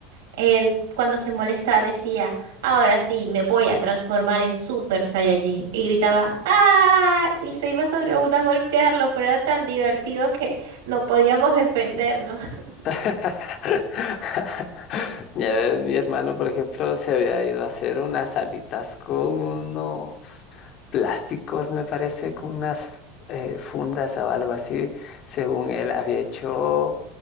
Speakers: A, on the right; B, on the left.
A: él cuando se molestaba decía, ahora sí me voy a transformar en Super Saiyajin. Y gritaba, ¡ah! Y se iba sobre uno a golpearlo, pero era tan divertido que no podíamos defendernos. <laughs>
B: <laughs> Ya ves, mi hermano, por ejemplo, se había ido a hacer unas alitas con unos plásticos, me parece, con unas eh, fundas o algo así. Según él, había hecho